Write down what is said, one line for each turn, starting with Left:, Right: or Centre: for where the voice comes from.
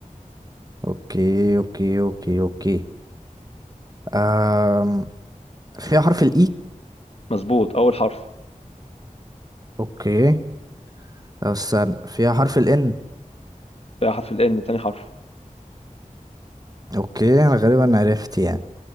Right: اوكي اوكي اوكي اوكي أم. فيها حرف الاي
Left: مظبوط اول حرف
Right: اوكي استنى فيها حرف ال N
Left: فيها حرف ال ان تاني حرف
Right: اوكي انا غالبا عرفت يعني